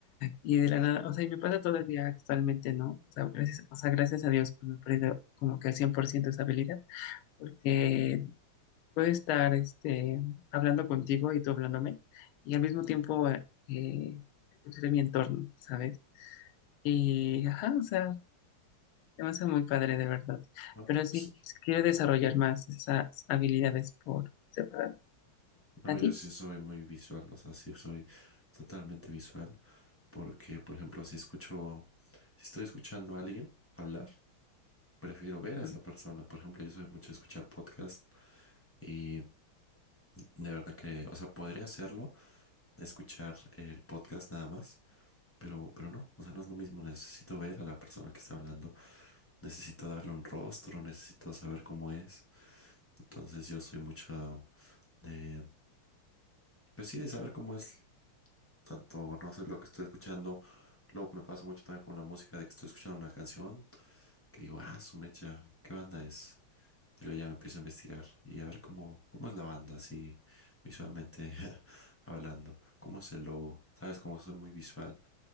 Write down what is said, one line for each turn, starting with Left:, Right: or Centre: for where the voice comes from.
Left: y de la nada, o sea, y me pasa todavía actualmente, ¿no? O sea, gracias, o sea, gracias a Dios, pues, me he perdido como que al 100% esa habilidad, porque puedo estar este, hablando contigo y tú hablándome y al mismo tiempo eh, eh, escuchar mi entorno, ¿sabes? Y, ajá, o sea, te va muy padre de verdad.
Centre: Ah,
Left: Pero
Centre: pues,
Left: sí, sí quiero desarrollar más esas habilidades por separado.
Centre: No,
Left: ¿A
Centre: yo
Left: ti?
Centre: sí soy muy visual, o sea, sí soy totalmente visual, porque, por ejemplo, si escucho, si estoy escuchando a alguien hablar, prefiero ver a
Left: Ujú,
Centre: esa persona. Por ejemplo, yo soy mucho de escuchar podcast y de verdad que, o sea, podría hacerlo, escuchar el podcast nada más Pero, pero no, o sea, no es lo mismo. Necesito ver a la persona que está hablando, necesito darle un rostro, necesito saber cómo es. Entonces yo soy mucho de, pues sí, de saber cómo es. Tanto no sé lo que estoy escuchando. Luego me pasa mucho también con la música de que estoy escuchando una canción que digo, ah, su mecha, ¿qué banda es? Y luego ya me empiezo a investigar y a ver cómo, cómo es la banda, así visualmente <laughs> hablando, cómo es el logo. Sabes, como soy muy visual.